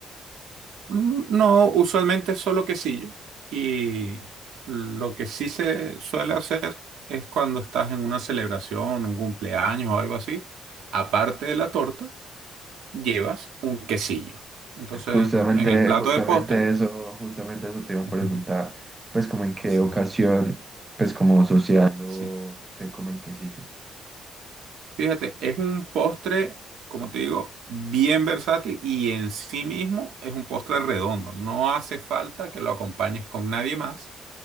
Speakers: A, on the right; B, on the right.
A: Mm, No, usualmente es solo quesillo. Y lo que sí se suele hacer es cuando estás en una celebración, un cumpleaños o algo así, aparte de la torta. llevas un quesillo. Entonces,
B: Justamente,
A: en, en el plato
B: justamente
A: de postre,
B: eso, justamente eso te iba a
A: <laughs>
B: preguntar, pues como en qué
A: sí,
B: ocasión, pues como social o
A: sí.
B: se come el quesillo.
A: Fíjate, es un postre, como te digo, bien versátil y en sí mismo es un postre redondo. No hace falta que lo acompañes con nadie más,